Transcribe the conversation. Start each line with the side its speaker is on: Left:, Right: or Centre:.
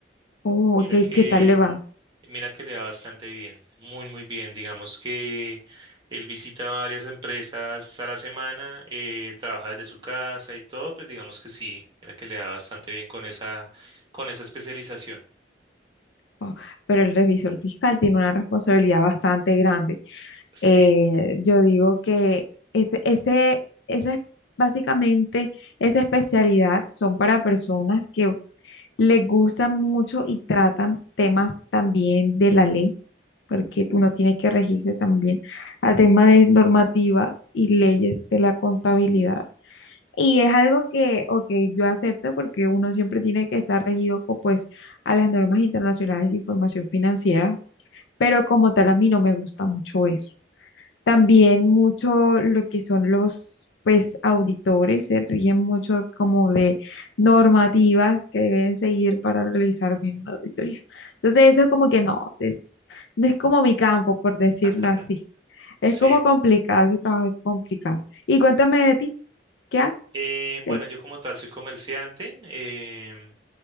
Left: Oh,
Right: Mira
Left: ok.
Right: que,
Left: ¿Qué tal le va?
Right: mira que le va bastante bien, muy, muy bien. Digamos que él visita varias empresas a la semana, eh, trabaja desde su casa y todo, pues digamos que sí, mira que le da bastante bien con esa, con esa especialización.
Left: Oh, Pero el revisor fiscal tiene una responsabilidad bastante grande.
Right: Sí,
Left: Eh, yo digo que ese, ese, esa es básicamente esa especialidad son para personas que les gustan mucho y tratan temas también de la ley, porque uno tiene que regirse también al tema de normativas y leyes de la contabilidad. Y es algo que, ok, yo acepto porque uno siempre tiene que estar regido, co- pues, a las normas internacionales de información financiera, pero como tal a mí no me gusta mucho eso. También mucho lo que son los, pues, auditores, se rigen mucho como de normativas que deben seguir para realizar bien una auditoría. Entonces eso es como que no, es, no es como mi campo, por decirlo
Right: <laughs>
Left: así. Es
Right: sí.
Left: como complicado, ese trabajo es complicado. Y cuéntame de ti, ¿qué haces?
Right: Eh, bueno,
Left: De-
Right: yo como tal soy comerciante. em,